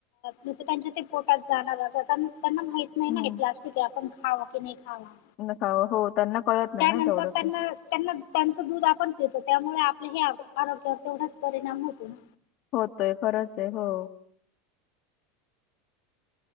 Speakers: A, on the left; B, on the left.
A: नुसत त्यांच्या ते पोटात जाणार अस त्या- त्यांना माहीत नाही
B: हो.
A: ते प्लास्टिक आहे आपण खावा की नाही खावा?
B: नका हो त्यांना कळत नाही
A: त्यानंतर
B: ना तेवढं ते.
A: त्यांना त्यांना- त्यांच दूध आपण पितो त्यामुळे आपल्या हे आ-आरोग्यावर तेवढाच परिणाम होतो ना.
B: होतोय खरंच आहे हो.